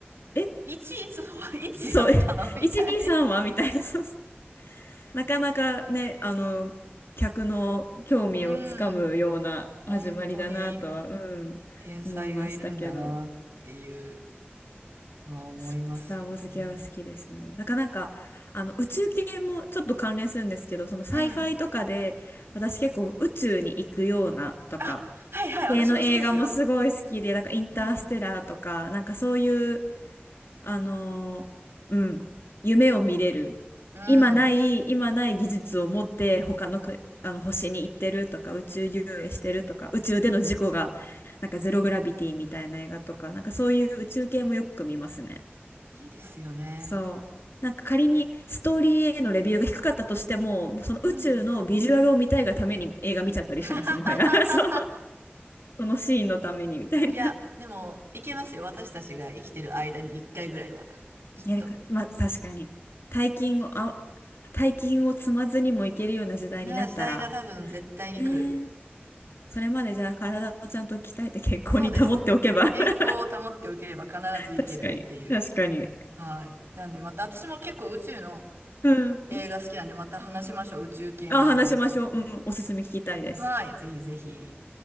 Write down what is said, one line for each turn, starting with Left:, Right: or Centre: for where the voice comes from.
Left: え、
Right: う、いちいつはいつやったのみたいな。
Left: そう、<laughs> え123はみたいな。
Right: <laughs>
Left: そう <laughs> なかなかね、あの、客の興味をつかむような始まりだなとは、
Right: うん、本当に
Left: うん、
Right: 天才がいるんだなっていう
Left: 思いましたけど、
Right: のは思いますよね。
Left: ス、スター・ウォーズ系は好きですね。だからなんか、あの、宇宙系もちょっと関連するんですけど、そのサイファイとかで、
Right: うん。
Left: 私結構宇宙に行くようなとか、
Right: あ、はいはい、
Left: 系の映画もすごい好きで、
Right: 私も好きですよ。
Left: なんかインターステラーとか、
Right: うん。
Left: なんかそういうあのーうん、夢を見れる。
Right: うん。
Left: 今ない、今ない技術を持って他のく、あの星に行ってるとか、宇宙遊泳してるとか、宇宙での事故が、なんかゼログラビティみたいな映画とか、なんかそういう宇宙系もよく見ますね。
Right: いいですよね。
Left: そう。なんか仮にストーリーへのレビューが低かったとしても、もうその宇宙のビジュアルを見たいがために映画見ちゃったりします、
Right: うん。<laughs>
Left: もはや。<laughs> そう。そのシーンのためにみたいな。
Right: いや、でも、いけますよ。私たちが生きてる間に一回ぐらいは。きっと。
Left: いけるか。まあ、確かに。大金を、あ、大金を積まずにもいけるような時代になったら、
Right: なあ、時代が多分絶対に来る。
Left: えーそれまでじゃあ体をちゃんと鍛えて健康に保っておけば
Right: そうです。
Left: <laughs>
Right: 健康を保っておければ必ず行けるっていう。
Left: 確かに。<laughs> 確かに。
Right: はい。なんでまた、私も結構宇宙の
Left: うん。
Right: 映画好きなんで、また話しましょう。宇宙系の映画について。
Left: あ、話しましょう。うん、おすすめ聞きたいです。
Right: はい。ぜひぜひ。